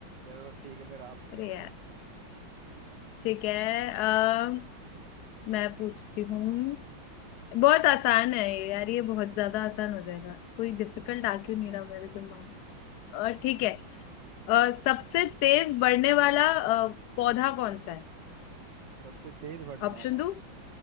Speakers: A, on the right (about 65°); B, on the left (about 70°).
A: चलो ठीक है फिर आप पूछो
B: अरे यार ठीक है आ, मैं पूछती हूँ बहुत आसान है ये यार ये बहुत ज्यादा आसान हो जाएगा कोई डिफिकल्ट आ क्यों नहीं रहा मेरे दिमाग में। अ, ठीक है अ, सबसे तेज बढ़ने वाला अ, पौधा कौन सा है
A: सबसे तेज बढ़ने
B: ऑप्शन
A: वाला
B: दो